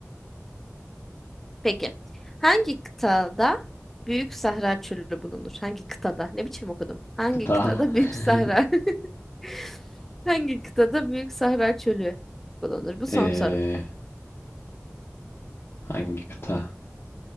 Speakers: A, in the centre; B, on the left.
A: peki. Hangi kıtada Büyük Sahra Çölü bulunur? Hangi kıtada? Ne biçim okudum? Hangi
B: Kıta.
A: kıtada Büyük
B: <laughs>
A: Sahra? <laughs> Hangi kıtada Büyük Sahra Çölü bulunur? Bu son
B: Ee,
A: sorum.
B: hangi kıta?